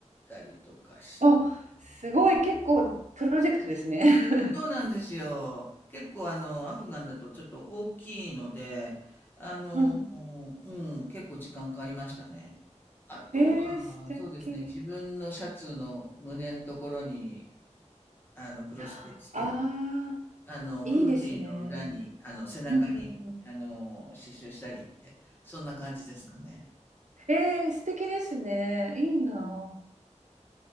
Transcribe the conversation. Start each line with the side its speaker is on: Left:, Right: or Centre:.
Left: たりとかし、
Right: あ、すごい、結構プロジェクトですね。<laughs>
Left: そうなんですよ。結構あの、アフガンだとちょっと大きいので、あの、
Right: うん。
Left: うん、結構時間かかりましたね。
Right: <laughs>
Left: あとは、
Right: えー、素敵。
Left: そうですね、自分のシャツの胸のところに、あの、クロステつけて、
Right: ああ、
Left: あの、
Right: いいですね。
Left: フーディーの裏に、あの、背中に、
Right: うんうんうん。
Left: あの、刺繍したりって、そんな感じですかね。
Right: えー、素敵ですね。いいな。